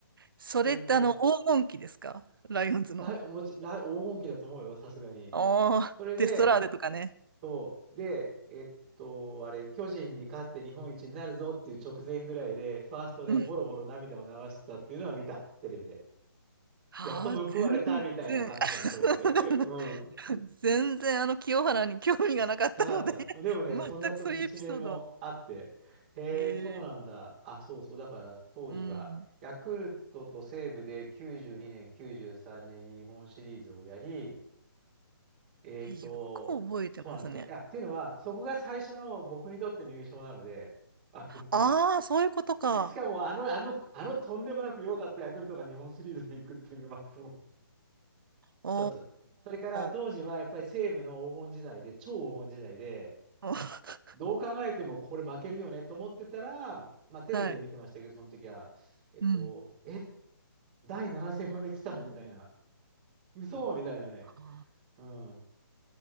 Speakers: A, on the right (about 65°); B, on the right (about 25°).
A: それってあの、
B: それで、
A: 黄金期ですかライオンズの。
B: ライ、もち、ライ、黄金期だと思うよ、さすがに。
A: ああ、
B: それで、
A: デストラーデとかね。
B: そう、で、えっと、あれ、巨人に勝って日本一になるぞっていう直前ぐらいで、ファーストでボロボロ涙を流してたっていうのは見た、
A: うん。
B: テレビで。
A: ああ、
B: やっと報われたみたいな感じじゃん、
A: 全然、<laughs>
B: それ。<laughs> うん。
A: 全然あの清原に興味がなかったので
B: なかったの。でもね、
A: 全くそういうエピソードは。
B: そんなと道面もあって、へえ、
A: ええ
B: そうなんだ。あ、そうそう、だから当時は、
A: うん。
B: ヤクルトと西武で92年、93年に日本シリーズをやり、えーっと、
A: えよく覚えてますね。
B: そうなんですよ。いや、っていうのは、そこが最初の僕にとっての優勝なので、あの、
A: ああ、そういうことか。
B: <laughs> しかもあの、あの、あのとんでもなく弱かったヤクルトが日本シリーズに行くっていうのが、まあ、その
A: お
B: 一つ。それから当時はやっぱり西武の黄金時代で、
A: ー。
B: 超黄金時代で、
A: <laughs>
B: どう考えてもこれ負けるよねと思ってたら、まあテレビで見てましたけど、
A: はい。
B: その時は、えっと、
A: うん。
B: え、第7戦まで来たみたいな、嘘みたいなね。
A: あ
B: うん、